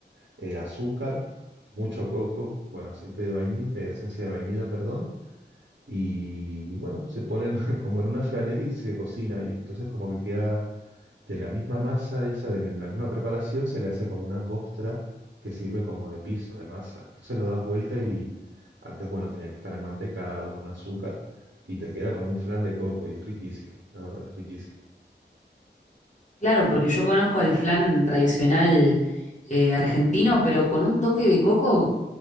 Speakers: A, on the right; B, on the left.
A: eh, azúcar, mucho coco, bueno, aceite de vainilla, eh, esencia de vainilla, perdón, y bueno, se ponen <laughs> como en una flanería y se cocina, y entonces como que queda de la misma masa esa, de la misma preparación, se le hace como una costra que sirve como de piso, de masa. Entonces lo das vuelta y antes, bueno, tenía que estar mantecado con azúcar y te queda como un flan de coco y es riquísimo, la verdad, es riquísimo.
B: Claro, porque yo conozco el flan tradicional eh, argentino, pero con un toque de coco